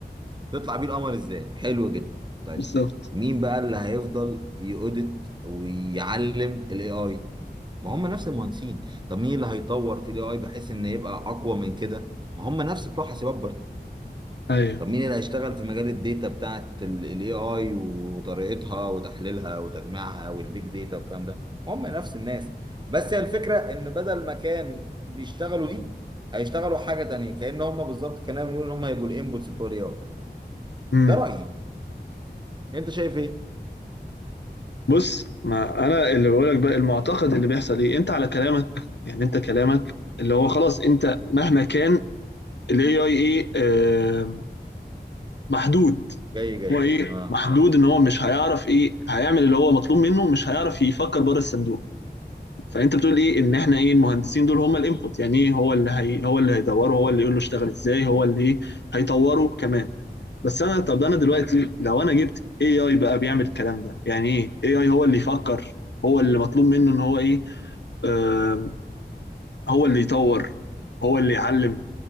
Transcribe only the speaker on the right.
تطلع بيه القمر ازاي حلو جدا طيب
مين بقى اللي هيفضل يؤدت ويعلم الاي اي ما هم نفس المهندسين طب مين اللي هيطور في الاي اي بحيث ان يبقى اقوى من كده ما هم نفس بتوع حاسبات برضه
طب مين اللي هيشتغل في مجال الداتا بتاعت الاي اي وطريقتها وتحليلها وتجميعها والبيج داتا والكلام ده هم نفس الناس بس هي الفكره ان بدل ما كان بيشتغلوا دي هيشتغلوا حاجه تانيه كأن هم بالظبط كنا بنقول ان هم هيبقوا الانبوتس بتوع الاي اي
ده رأيي انت شايف ايه
جاي جاي
اه
تمام